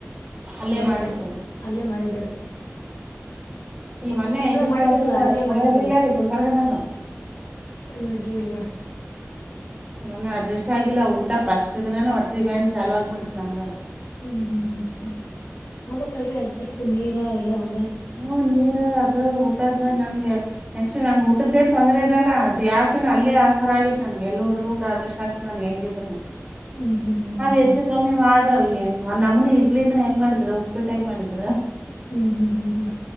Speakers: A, on the right; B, on the left.
A: ಅಲ್ಲೇ
B: ಬೇರೆ
A: ಮಾಡಿದ್ರೇನ್
B: ಕಡೆ ಅಲ್ಲೇ ಮಾಡಿದ ತರ್ರಿ.
A: ಇಲ್ಲ ಮೊನ್ನೆ ಇದಕ್ಕ
B: ಮಾಡಿದ್ರಲ್ಲ
A: ಹೋದಾಗ
B: ಅಲ್ಲೇ
A: ಚಲೋ
B: ಮಾಡಿದ್ರಲ್ಲ
A: ಇರ್ಲಿಲ್ಲರಿ ಗುಲ್ಬರ್ಗದಾಗ.
B: ಚಲೋ ಇದ್ದಿದ್ದಿಲ್ಲ ಬಿಡ್ರಿ.
A: ಚಲೋನೆ ಅಡ್ಜಸ್ಟ್ ಆಗಿಲ್ಲ ಊಟ ಫಸ್ಟ್ ದಿನಾನೆ ಹೊಟ್ಟಿ ಬ್ಯಾನ್ ಚಾಲೂ ಆಗ್ಬಿಡತ್ ನನ್ಗಾರ.
B: ಹ್ಮ್ ಹ್ಮ್ ಹ್ಮ್ ಹ್ಮ್ ಆಬೆಕಲ್ರಿ ಅಡ್ಜಸ್ಟ್ ನೀರ ಅವೆಲ್ಲಾ ಹೊ
A: ಹ್ಮ ನೀರ ಅದ ಊಟದ ನಮ್ಗೆ. ಆಕ್ಚುಲಿ ನಂಗ್ ಊಟದ ಎನ್ ತೊಂದ್ರೆ ಇರಲ್ಲ ಆದ್ ಯಾಕೆನೋ ಅಲ್ಲೇ ಆ ತರ ಆಗಿತ್ತು ನನ್ಗೆ ಎಲ್ಲ ಹೋದ್ರು ಊಟ ಅಡ್ಜಸ್ಟ್ ಆಗ್ತದ ನನ್ಗೆ. ಹೆಂಗಿದ್ರುನು.
B: ಹ್ಮ್ ಹ್ಮ್ ಹ್ಮ್
A: ನಾವ್
B: ಹ್ಮ್
A: ಹೆಚ್ಚು ಕಮ್ಮಿ ಮಾಡ್ರ್ ಎನ್ ನಮ್ಮನಿ ಇಡ್ಲಿನೂ ಹೆಂಗ್ ಮಾಡಿದ್ರ ಉಪ್ಪಿಟ್ಟ ಹೆಂಗ ಮಾಡಿದ್ರ.
B: ಹ್ಮ್ ಹ್ಮ್ ಹ್ಮ್ ಹ್ಮ್ ಹ್ಮ್